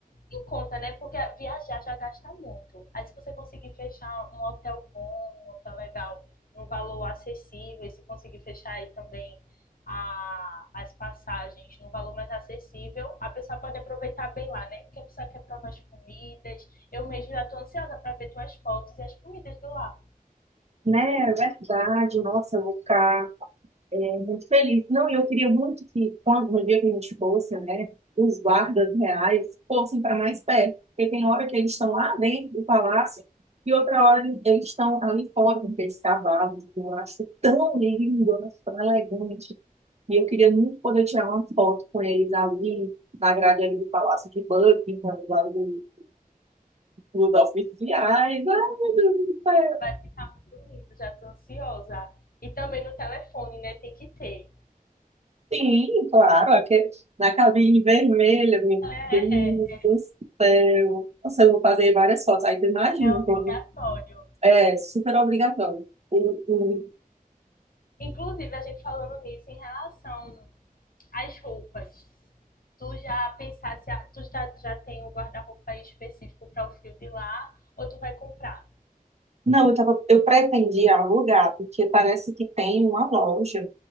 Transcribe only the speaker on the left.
em conta, né? Porque viajar já gasta muito. Aí se você conseguir fechar um hotel bom, um hotel legal, num valor acessível, e se conseguir fechar aí também a, as passagens num valor mais acessível, a pessoa pode aproveitar bem lá, né? Porque a pessoa quer provar as comidas. Eu mesmo já tô ansiosa para ver tuas fotos e as comidas de lá.
Vai ficar muito lindo, já tô ansiosa. E também no telefone, né? Tem que ter.
É,
<laughs> é, é,
é obrigatório.
Inclusive, a gente falando nisso em relação às roupas. Tu já pensaste, tu já, já tem um guarda-roupa específico para o frio de lá, ou tu vai comprar?